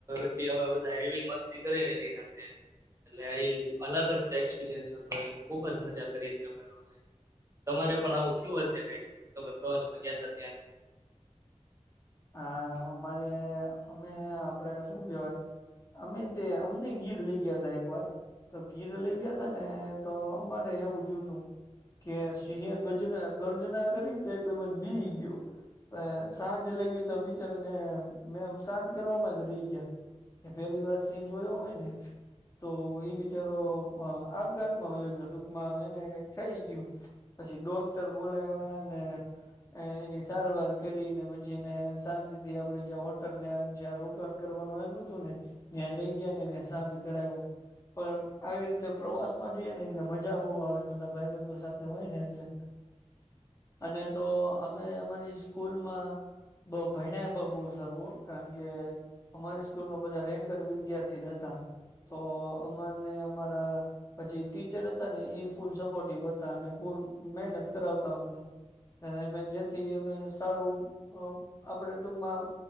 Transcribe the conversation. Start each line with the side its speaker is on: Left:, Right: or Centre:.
Right: પછી અમે બધા એવી મસ્તી કરી એની સાથે એટલે <unintelligible> અલગ જ એક્સપિરિયન્સ હતો ઈ ખુબ જ મજા કરી તી અમે લોકો એ. તમારે પણ આવું થયું હશે કઈક તમે પ્રવાસમાં ગયા તા ત્યારે?
Left: હા અમારે અમે આપડે શું કેવાય અમે જે અમને ગીર લઈ ગયા તા એક વાર તો ગીર લઈ ગયા તા ને તો અમારે એવું થયું તું કે સિંહે ગજના ગર્જના કરીને તો એક ભઈ બન ની ગયો અ સાંજ લે એ ત બિચારો મેં અમ શાંત કરવાવામાં જ રહી ગયા કે પેલી વાર સિંહ જોયો હોય ને તો એ બિચારો એ આપઘાતમાં આવયો ગયો ટૂંકમાં એને થઈ ગયું પછી ડોક્ટર બોલાવ્યા ને એની સારવાર કરીને પછ જેને શાંતિ થી આપડે જ્યાં હોટલ ને જ્યાં રોકાણ કરવાનું આયપુ તું ને ત્યાં લઈ ગયા ને મેં શાંત કરાવું પણ આવી રીતે પ્રવાસ માં જઈ ને એટલે મજા બહુ હોય બધા ભાઈબંધો સાથે હોય ને એટલે અને તો અમે અમારી સ્કૂલમાં બ ભયના પણ બઉ સારું હ કારણ કે અમારી સ્કૂલમાં બધા રેન્કર વિદ્યાર્થી જ હતા તો અમાને અમારા પછી ટીચર હતા ને એ ફૂલ સપોર્ટિવ હતા અને પૂલ મહેનત કરાવતા અમને જેથી અમે સારું અ આપડે ટૂકમાં